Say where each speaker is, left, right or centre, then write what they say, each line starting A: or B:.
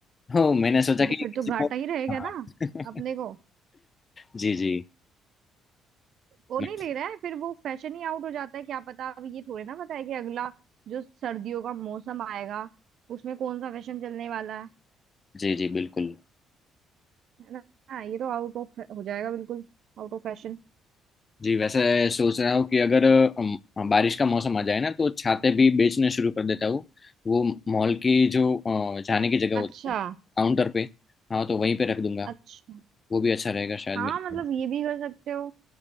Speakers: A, on the left; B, on the right.
A: हो मैंने सोचा
B: ये
A: कि
B: तो फिर
A: किसी
B: तो घाटा
A: को
B: ही रहेगा
A: हाँ।
B: ना
A: <laughs>
B: अपने को
A: जी जी
B: वो
A: मैं-
B: नहीं ले रहा है फिर वो फैशन ही आउट हो जाता है क्या पता अब ये थोड़े ना पता है कि अगला जो सर्दियों का मौसम आएगा उसमें कौन सा फैशन चलने वाला है
A: जी जी बिल्कुल
B: है ना हाँ, ये तो आउट ऑफ हो जाएगा बिल्कुल आउट ऑफ फैशन
A: जी वैसे सोच रहा हूँ कि अगर अम, बारिश का मौसम आ जाए ना तो छाते भी बेचने शुरू कर देता हूँ वो मॉल की जो अ, जाने की जगह होती
B: अच्छा
A: है काउंटर पे हाँ तो वहीं पे रख दूंगा
B: अच्छा
A: वो भी अच्छा रहेगा शायद
B: हाँ
A: मेरे
B: मतलब
A: लिए।
B: ये भी कर सकते हो